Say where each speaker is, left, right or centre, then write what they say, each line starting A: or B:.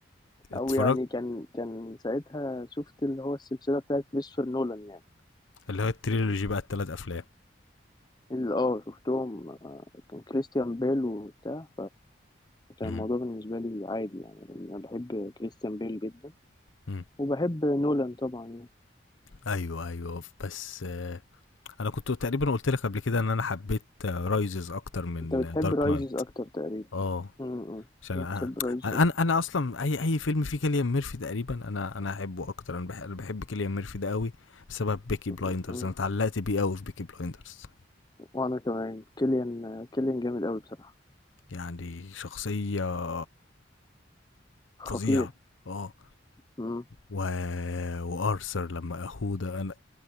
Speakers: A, on the left; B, on the left.
A: <laughs>
B: اتفرجت
A: او يعني كان كان ساعتها شفت اللي هو السلسله بتاعت كريستوفر نولان يعني
B: اللي هو التريلوجي بقى الثلاث افلام
A: اللي اه شفتهم آه، كان كريستيان بيل وبتاع كان
B: امم
A: الموضوع بالنسبه لي عادي يعني انا بحب كريستيان بيل جدا
B: أمم.
A: وبحب نولان طبعا يعني
B: ايوه ايوه بس آه، انا كنت تقريبا قلت لك قبل كده ان انا حبيت رايزز اكتر من
A: انت بتحب
B: دارك
A: رايزز
B: نايت
A: اكتر تقريبا
B: اه
A: م-
B: عشان
A: م.
B: أ-
A: بتحب رايزز
B: انا انا اصلا اي اي فيلم فيه كيليان ميرفي تقريبا انا انا احبه اكتر انا بح- أنا بحب كيليان ميرفي ده قوي بسبب بيكي بلايندرز
A: اكتر
B: انا اتعلقت بيه قوي في بيكي بلايندرز
A: وانا كمان كيليان كيليان جامد قوي بصراحه
B: يعني شخصية
A: خطير
B: فظيعة اه
A: امم
B: و... وارثر لما اخوه ده انا